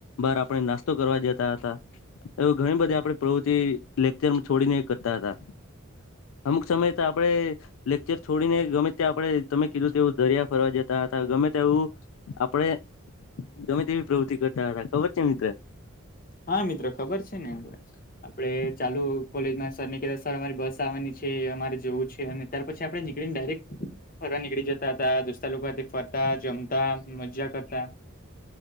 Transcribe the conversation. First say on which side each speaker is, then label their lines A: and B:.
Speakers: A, on the left (about 75°); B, on the left (about 40°).
A: બહાર આપણે નાસ્તો કરવા જતા હતા એવ ઘણી બધી આપે પ્રવૃત્તિ લેકચર છોડીને કરતા હતા અમુક સમય તો આપડે લેકચર છોડીને ગમે ત્યાં આપણે તમે કીધું તેવું દરિયા ફરવા જતા હતા ગમે વું આપડે ગમે તેવી પ્રવૃતિ કરતા હતા ખબર છે મિત્ર
B: હા મિત્રો ખબર છે ને આપડ આપડે ચાલુ કોલેજમાં સર ને કતા અમારી બસ આવવાની છે અમારે જવું છે અને ત્યાર પછી આપડે નીકળી ને ડાયરેક્ટ નીકળી જતા હતા દોસ્તા લોકો ફરતા જમતા મજા કરતા